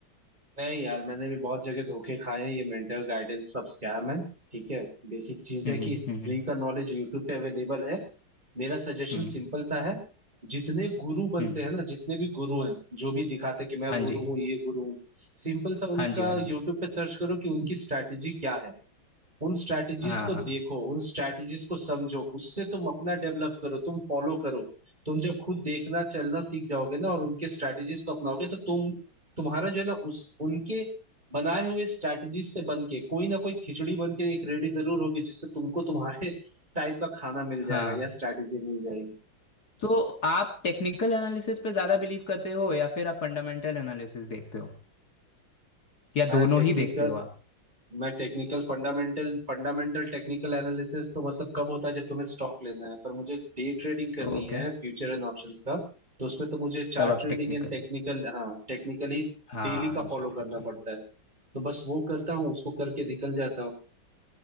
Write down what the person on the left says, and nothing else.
हम्म
हम्म
हम्म
हम्म हम्म।
हम्म।
हाँ
जी
हाँ जी हाँ जी
हाँ
हाँ
हाँ
तो आप टेक्निकल एनालिसिस पे ज़्यादा बिलीव करते हो या फिर आप फंडामेंटल एनालिसिस देखते हो या
दोनों
ही देखते हो आप
ओके
तब
आप
टेक्निकल
हाँ
जी
हाँ
जी